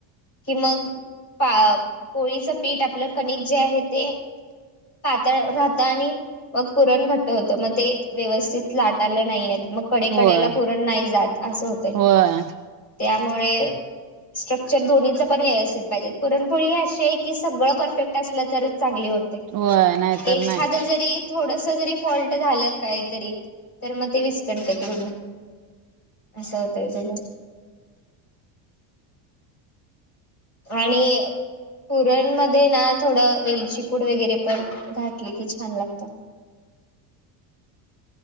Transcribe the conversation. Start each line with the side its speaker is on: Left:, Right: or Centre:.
Left: की मग. पा पोळीचा पीठ आपलं कणिक जे आहे ते. पातळ राहतं आणि. मग पुरण घट्ट होतं मग ते व्यवस्थित लाटायला नाही येत मग कडे
Right: होय
Left: कडेला पुरण नाही जात. असं होतंय.
Right: होय.
Left: त्यामुळे स्ट्रक्चर हे दोन्हीचं पण व्यवस्थित पाहिजे. पुरणपोळी हे अशी ए की सगळं परफेक्ट असलं तरच चांगली होते
Right: होय नाहीतर
Left: एखादा
Right: नाही.
Left: जरी. थोडासा जरी फॉल्ट झालं काय तरी तर मग ते विस्कटतय. <unintelligible> असं होतायचये ग. आणि पुरण मध्ये ला थोडं वेलची पूड वगैरे पण घातली की छान लागते.
Right: ह <inaudible>